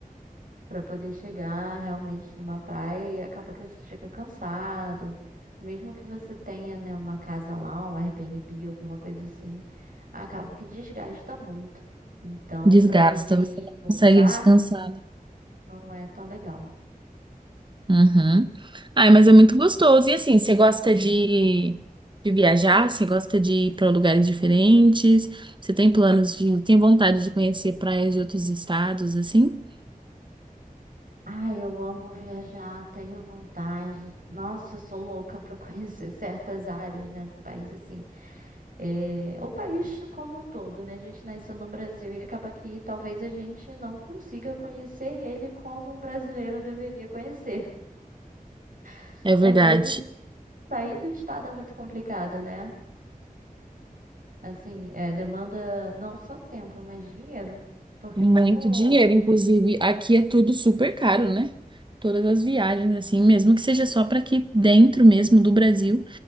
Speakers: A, on the right; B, on the right.
A: pra poder chegar realmente numa praia e acaba que você chega cansado. Mesmo que você tenha, né, uma casa lá, um Airbnb, alguma coisa assim, acaba que desgasta muito. Então,
B: Desgasta,
A: pra você ir
B: você não
A: e voltar,
B: consegue descansar. né?
A: não é tão legal.
B: Uhum. Ai, mas é muito gostoso. E assim, você gosta de, de viajar? Você gosta de ir para lugares diferentes? Você tem planos de, tem vontade de conhecer praias de outros estados, assim?
A: Ai, eu amo viajar, tenho vontade. Nossa, eu sou louca para conhecer <laughs> certas áreas, né, do país, assim. É, o país como um todo, né? A gente nasceu no Brasil e acaba que talvez a gente não consiga conhecer ele como um brasileiro deveria conhecer. <laughs>
B: É verdade.
A: Às vezes, sair do estado é muito complicado, né? Assim, é, demanda não só tempo, mas dinheiro. Porque
B: Muito
A: como...
B: dinheiro, inclusive aqui é tudo super caro, né? Todas as viagens, assim, mesmo que seja só para aqui dentro mesmo do Brasil,